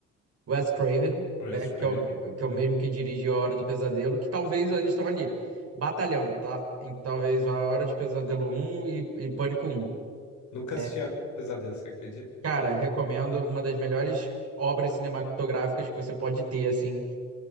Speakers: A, on the right; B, on the left.
A: Wes Craven,
B: Wes
A: né? Que
B: Craven.
A: é o, que
B: Uhum.
A: é o mesmo que dirigiu A Hora do Pesadelo, que talvez eles estão ali batalhando, tá? Em, talvez A Hora de Pesadelo um e, e Pânico um.
B: Nunca
A: É,
B: assisti a Hora do Pesadelo, você acredita?
A: Cara, recomendo uma das melhores obras cinematográficas que você pode ter, assim,